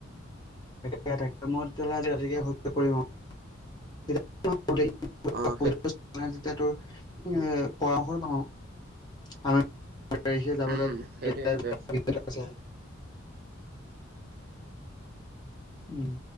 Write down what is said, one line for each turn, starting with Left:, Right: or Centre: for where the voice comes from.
Left: তাকে - তাকে মই তেতিয়াহ'লে <unintelligible> কৰিম আৰু <unintelligible> <unintelligible> <unintelligible>
Right: অ সেই
Left: তাৰিখে যাবলে
Right: উম
Left: <unintelligible>
Right: সেইটোয়ে সেইটোয়ে
Left: উম,